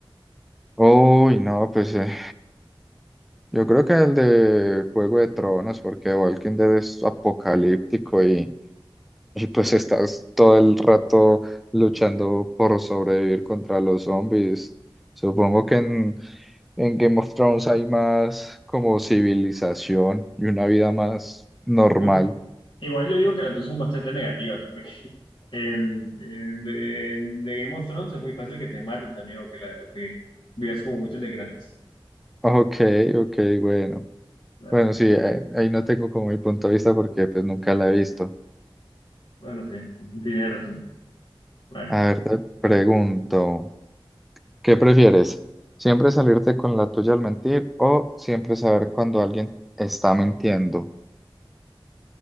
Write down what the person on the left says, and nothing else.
Uh, igual yo digo que las dos son bastante negativas, porque <laughs> en, en, de, en The Game of Thrones es muy fácil que te maten también o que, la- o que vivas como muchas desgracias.
Vale,
vale.
Bueno, sí, <laughs> tienes razón. Bueno,
bueno,